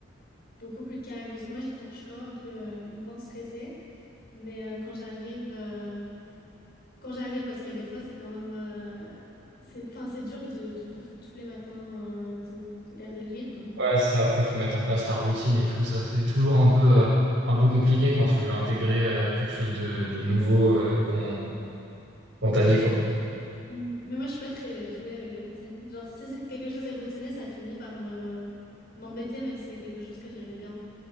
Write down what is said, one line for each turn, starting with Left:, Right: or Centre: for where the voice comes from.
Left: beaucoup plus calme. Parce que moi, j'ai, tran- je suis quand même un peu euh, une grande stressée, mais euh, quand j'arrive, euh, quand j'arrive, parce qu'il y a des fois, c'est quand même, euh, c'est, enfin, c'est dur de, de faire ça tous les matins, euh, de, de garder le rythme.
Right: Ouais, c'est ça. Après, faut mettre en place la routine et tout. Ça, c'est toujours un peu, euh, un peu compliqué quand tu veux intégrer euh, quelque chose de, de nouveau euh, dans, dans ta vie, quoi.
Left: Mm, Mais moi, je suis pas très douée avec les routines. Genre, si c'est quelque chose est routiné, ça finit par me m'embêter, même si c'est quelque chose que j'aimais bien.